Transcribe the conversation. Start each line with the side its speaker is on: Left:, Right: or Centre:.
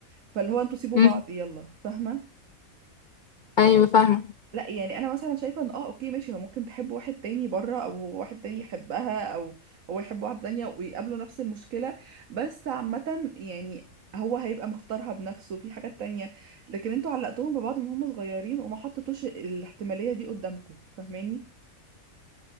Right: فاللي هو انتوا سيبوا
Left: امم
Right: بعض يلا فاهمه
Left: ايوه فاهمه
Right: لا يعني انا مثلا شايفه ان اه اوكي ماشي هو ممكن تحب واحد تاني بره او هو واحد تاني يحبها او هو يحب واحده تانية ويقابلوا نفس المشكله بس عامه يعني هو هيبقى مختارها بنفسه في حاجات تانية لكن انتوا علقتوهم ببعض من هم صغيرين وما حطيتوش الاحتماليه دي قدامكم فاهماني